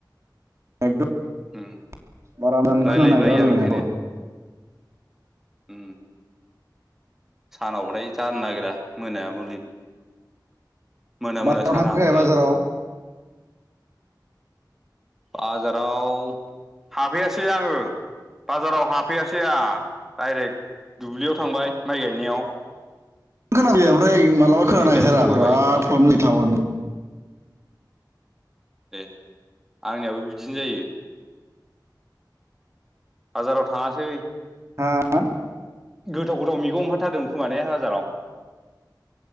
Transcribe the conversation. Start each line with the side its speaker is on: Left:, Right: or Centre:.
Right: एकदम
Centre: उम
Right: बारा मोजां
Centre: रायलायनो
Right: खोनानो नागिरा
Centre: बायो
Right: रायलायनायखौ।
Centre: आं ओंखायनो उम। सानाव बाथाय जानो नागिरा मोनाया मुलि मोना
Right: बाजाराव
Centre: मोनासो
Right: थांफैखाय
Centre: आराम जायो।
Right: बाजाराव
Centre: बाजाराव हाबहैयासै आङो बाजाराव हाब फैयाासै आं डाइरेक्ट दुब्लियाव थांबाय माइ गायनायाव।
Right: खोनाबाय ओमफ्राय मालाबा
Centre: दिनै
Right: खोना नागिरथारा
Centre: गायखांबोबाय
Right: बिराद
Centre: नै
Right: प्रब्लेम जायो थावारनि।
Centre: दे आंनियाबो बिदिनो जायो। बाजाराव थाङासै।
Right: हा?
Centre: गोथाव गोथाव मैगं ओंखारथारदोंमोन खोमा ने बाजाराव?